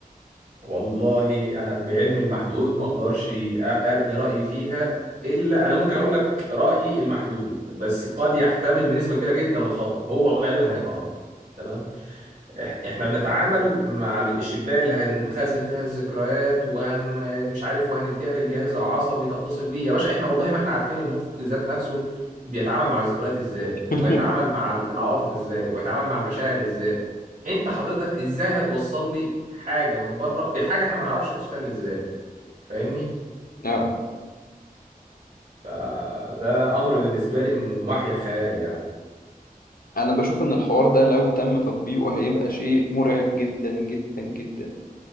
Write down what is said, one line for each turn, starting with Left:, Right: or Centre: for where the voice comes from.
Right: والله انا بعلمي المحدود ما اقدرش أ- ارمي رايي فيها الا انا ممكن اقول لك رايي المحدود بس قد يحتمل بنسبه كبيره جدا الخطا هو غالبا هيبقى خطا تمام إح- احنا بنتعامل مع الشباك اللي هنخزن فيها الذكريات وهن مش عارف وهنديها للجهاز العصبي تتصل بيه يا باشا احنا والله ما احنا عارفين المخ ذات نفسه بيتعامل مع الذكريات ازاي
Left: <laughs>
Right: وبيتعامل مع ال- العواطف ازاي وبيتعامل مع المشاعر ازاي انت حضرتك ازاي هتوصل لي حاجة من بره بحاجة احنا ما نعرفش بتشتغل ازاي فاهمني
Left: اه
Right: آه، ده امر بالنسبة لي من وحي الخيال يعني
Left: انا بشوف ان الحوار ده لو تم تطبيقه هيبقى شيء مرعب جدا جدا جدا